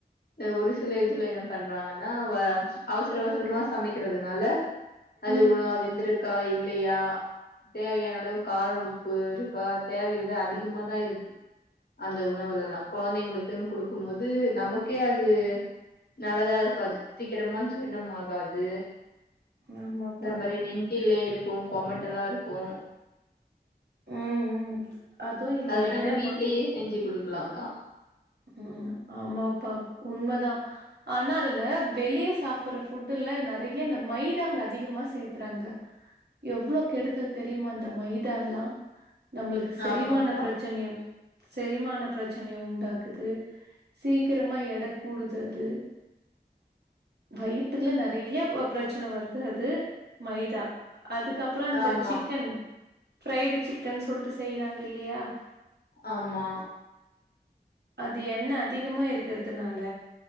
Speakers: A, on the left (about 65°); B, on the right (about 75°).
A: எ ஒரு சில இதுல என்ன பண்றாங்கன்னா வ அவசர அவசரமா சமைக்கிறதுனால அது
B: ம்.
A: ஒழுகா வெந்திருக்கா இல்லையா தேவையான அளவு காரம் உப்பு இருக்கா தேவைய விட அதிகமதா இருக்கு அந்த உணவுலல்லா கொழந்தைங்களுக்குன்னு குடுக்கும் போது நமக்கே அது நல்லதா இருக்காது சீக்கரமா ஜீரணம் ஆகாது
B: ஆமாப்பா.
A: ஒரு மாரி நெஞ்சுலே இருக்கு கொமட்டல்லா இருக்கு
B: ம், ம். அதுவும் இல்ல
A: அதல்லா
B: அது
A: நம்ம வீட்லேயே
B: ம
A: செஞ்சு குடுக்கலாக்கா
B: ம் ஆமாப்பா உண்மதா ஆனா அதுல வெளிய சாப்படுற ஃபுட்டுல நெறைய இந்த மைதாங்க அதிகமா சேத்துறாங்க எவ்ளோ கெடுதல் தெரியுமா அந்த மைதால்லா நம்மளுக்கு செரிமான
A: ஆமாக்கா.
B: பிரச்சனையு செரிமான பிரச்சனைய உண்டாக் குது சீக்கிரமா எட கூடுது அது வயித்துக்லா நெறைய ப பிரச்சன வருது அது மைதா அதுக்கப் ப்றோ அந்த
A: ஆமா,
B: சிக்கன் ஃப்ரைடு சிக்கன் சொல்ட்டு செய்றாங்க இல்லையா
A: ஆமா
B: அது எண்ணெ அதிகமா இருக்கறதுனால